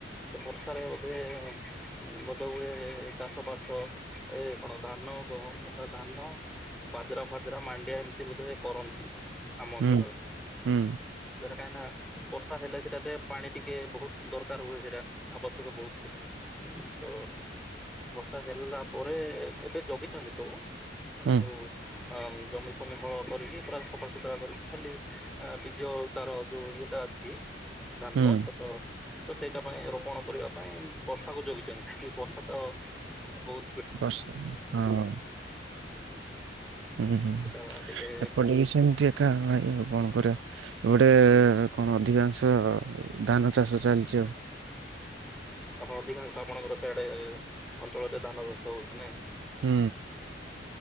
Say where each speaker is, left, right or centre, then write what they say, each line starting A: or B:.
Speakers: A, in the centre; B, on the right.
A: ତ ବର୍ଷାରେ ବୋଧେ ବୋଧ ହୁଏ ଚାଷ ବାସ ଏଇ କଣ ଧାନ ଗହମ ଧାନ ବାଜରା ଫାଜରା ମାଣ୍ଡିଆ ଏମିତି ବୋଧେ କରନ୍ତି ଆମ ଅଞ୍ଚଳରେ।
B: ହୁଁ ହୁଁ
A: ସେଟା କାହିଁକିନା ବର୍ଷା ହେଲେ ସେଟା ଟେ ପାଣି ଟିକେ ବୋହୁତ ଦରକାର ହୁଏ ସେଟା। ଆବଶ୍ୟକ ବୋହୁତ୍ ସେଇଟା। ତ ବର୍ଷା ହେଲା ପରେ ଏବେ ଜଗିଚନ୍ତି ସବୁ। ମାନେ
B: ହୁଁ ହୁଁ
A: ଯୋଉ ଅ ଜମି ଫମି ହଳ କରିକି ପୁରା ସଫାସୁତୁରା କରିକି ଖାଲି ଆ ବିଜ ତାର ଯୋଉ ଇଏଟା ଅଛି ଧାନର
B: ହୁଁ
A: ତା ତ ତ ସେଇଟା ପାଇଁ ରୋପଣ କରିବା ପାଇଁ ବର୍ଷାକୁ ଜଗିଚନ୍ତି ସେ ବର୍ଷା ତ ବୋହୁ
B: ବର୍ଷ୍ ହଁ। ହୁଁ ହୁଁ
A: ସେତେବେଳେ ଟିକେ
B: ଏପଟେ ବି ସେମ୍ ଚି ଏକା ଭାଇ କଣ କରିବା ଗୋଟେ କଣ ଅଧିକାଂଶ ଧାନ ଚାଷ ଚାଲିଚି ଆଉ।
A: ହଁ ଅଧିକାଂଶ ଆପଣଙ୍କର ସିଆଡ଼େ ଅଞ୍ଚଳରେ ଧାନ ଚାଷ ହଉଛି ନାଇଁ?
B: ହୁଁ।